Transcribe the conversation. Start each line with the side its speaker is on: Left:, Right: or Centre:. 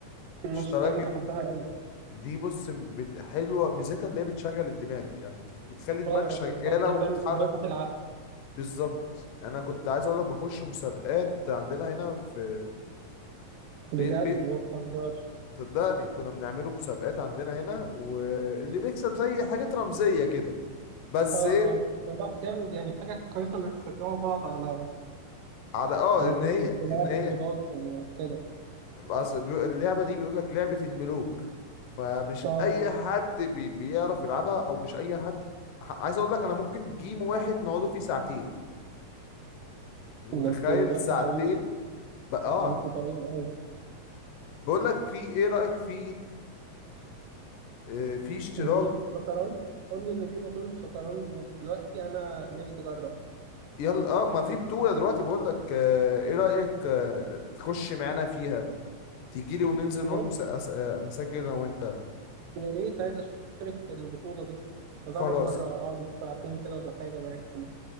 Right: الناس
Left: الشطرنج
Right: الشطرنج بحبها قوي
Left: دي بص بت... حلوه ميزتها اللي هي بتشغل الدماغ يعني بت... بتخلي دماغك
Right: بعرف
Left: شغاله
Right: بالظبط هي فعلا
Left: وتتحرك
Right: رياضه العقل
Left: بالظبط انا كنت عايز اقول لك بخش مسابقات عندنا هنا في
Right: بجد
Left: بي... بي...
Right: ما تهزرش
Left: صدقني كنا بنعمله مسابقات عندنا هنا واللي بيكسب زي حاجات رمزيه كده بس
Right: اه
Left: ايه
Right: اه لا جامد يعني حاجه كويسه انك تشجعوا بعض على
Left: على اه
Right: انا
Left: ان
Right: كنت
Left: هي
Right: بلعب
Left: ان هي
Right: رياضات وكده
Left: أصل بيق- اللعبة دي بيقول لك لعبة الملوك فمش
Right: اه
Left: أي حد بي بيعرف يلعبها أو مش أي حد ح- عايز أقول لك أنا ممكن جيم واحد نقعده فيه ساعتين متخيل
Right: ده انتوا بالكوا
Left: ساعتين
Right: طويل
Left: بقى آه
Right: بالكوا طويل قوي
Left: بقول لك في إيه رأيك في آه، في اشتراك
Right: بطولة شطرنج قول لي ان في بطولة شطرنج دلوقتي انا نفسي اجرب
Left: يلا آه ما في بطولة دلوقتي بقول لك آه، إيه رأيك آه، تخش معانا فيها تيجي لي وننزل نروح
Right: يا
Left: نس- أس- آه، نسجل أنا وأنت
Right: يا ريت عايز اشترك في البطولة دي اجرب
Left: خلاص
Right: مرة اقعد ساعتين كده ولا حاجة معاكم